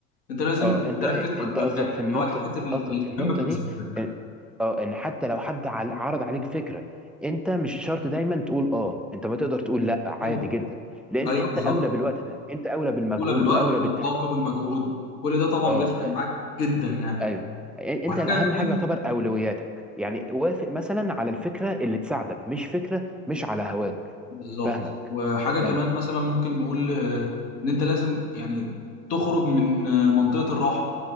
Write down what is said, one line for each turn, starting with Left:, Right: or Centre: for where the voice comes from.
Left: انت لازم
Centre: اه انت
Left: تركز في
Centre: انت
Left: اولوياتك
Centre: قصدك في النقطه
Left: اللي هو الحاجات ال-
Centre: قصدك
Left: المهمة
Centre: في النقطه
Left: بالنسبة
Centre: دي
Left: لك
Centre: إن- اه ان حتى لو حد عل- عرض عليك فكره انت مش شرط دايما تقول اه انت ما تقدر تقول لا
Left: طبعا
Centre: عادي جدا لان
Left: ايوه
Centre: انت
Left: بالظبط
Centre: اولى بالوقت ده انت اولى بالمجهود
Left: اولى بالوقت
Centre: واولى
Left: والطاقة
Centre: بالتركيز
Left: والمجهود كل ده طبعا
Centre: اه
Left: بيفرق
Centre: آه،
Left: معاك جدا يعني
Centre: ايوه إ- انت
Left: وحاجة
Centre: الاهم
Left: كمان
Centre: حاجه يعتبر اولوياتك يعني وافق مثلا على الفكره اللي تساعدك مش فكره مش على هواك
Left: بالظبط
Centre: فاهمك
Left: وحاجة
Centre: كمل
Left: كمان مثلا ممكن نقول آه، ان انت لازم يعني تخرج من آه، منطقة الراحة